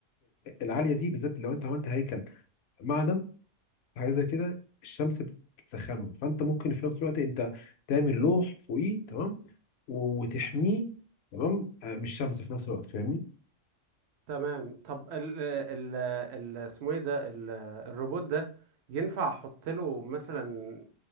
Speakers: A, on the left; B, on the right.
A: العاليه دي بالذات لو انت عملت هيكل معدن حاجه زي كده الشمس بت- بتسخنه فانت ممكن في نفس الوقت انت تعمل لوح فوقيه تمام و- وتحميه تمام آه، من الشمس في نفس الوقت فاهمني
B: تمام طب ال ال ال اسمه ايه ده ال- الروبوت ده ينفع احط له مثلا